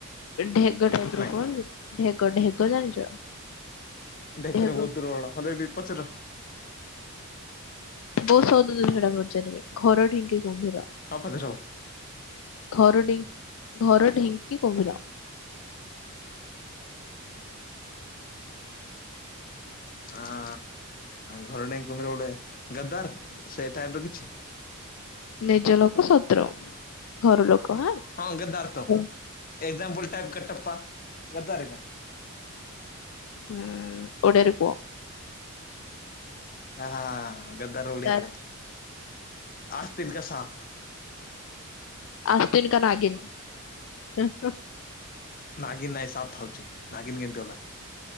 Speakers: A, on the left; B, on the left.
A: ଢେ ଗଟା <unintelligible>
B: ନାଇଁ
A: ଢେଙ୍କ ଢେଗ ଜାଣିଛ
B: ଢେକରା
A: ଢେଗ
B: ବହ ଦୁଲ ହଲେ ବି ପଚର
A: ବହୁତ ସଉଦ ଦିନ ଡା ପଚାଲିବେ ଘର ଢିଙ୍କି କୁମ୍ଭୀର
B: ହପଦ ରବା
A: ଘର ଢି ଘର ଢିଙ୍କି କୁମ୍ଭିର
B: ଆଆ ଘରଣେଇ କୁମିର ଗୋଟେ ଗଦାର ସେ ଟାଇପ ର କିଛି
A: ନିଜ ଲୋକ ଶତ୍ରୁ ଘର ଲୋକ ହାଁ
B: ହଁ ଗଦ୍ଦାର ତ
A: ହୁଁ
B: ଏକ୍ଜାମ୍ପଲ ଟାଇପ କ ଟପ୍ପା ଗଦାରଖ
A: ହୁଁ ଉଡ଼ରେ ପୁଅ
B: ହଁ ଗଦ୍ଦାର ରୋଡ଼ିଆ
A: ତାର
B: କଡା ଆସ୍ତ ଦିନ କା ସାପ।
A: ଆସତିନ କା ନାଗିିନ।
B: ନାଗିନ୍ ନାଇଁ ସାଫ ଥାଉଛି ନାଗିନ୍ କେମତି ହେଲା।